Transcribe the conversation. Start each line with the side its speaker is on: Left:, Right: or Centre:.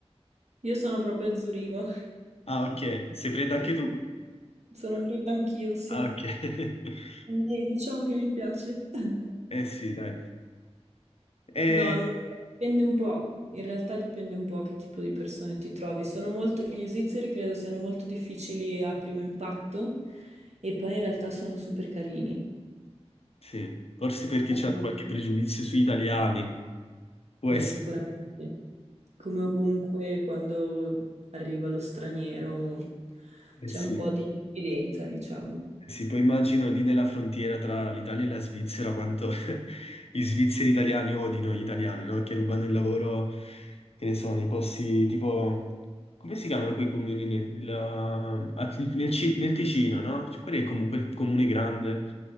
Right: Io sono proprio a Zurigo. <laughs>
Left: Ah, ok, sei fredda anche
Right: Sì.
Left: tu?
Right: Sono fredda anch'io, sì.
Left: Ah, ok. <laughs>
Right: E diciamo che mi piace. No,
Left: Eh sì, dai. Eh,
Right: non lo so, dipende un po', in realtà dipende un po' che tipo di persone ti trovi. Sono molto, gli svizzeri credo siano molto difficili a primo impatto e poi in realtà sono super carini.
Left: sì, forse perché
Right: Fanno-
Left: c'hanno qualche pregiudizio sugli italiani, può
Right: eh,
Left: essere.
Right: sicuramente, come ovunque quando arriva lo straniero
Left: Eh
Right: c'è
Left: sì.
Right: un po' di diffidenza, diciamo.
Left: Sì, poi immagino lì nella frontiera tra l'Italia e la Svizzera quanto <laughs> gli svizzeri italiani odino gli italiani, no? Che rubano il lavoro, che ne so, nei posti tipo... Come si chiamano quei comuni nel, la- a- nel Ci- nel Ticino, no? Quello è comunque il comune grande.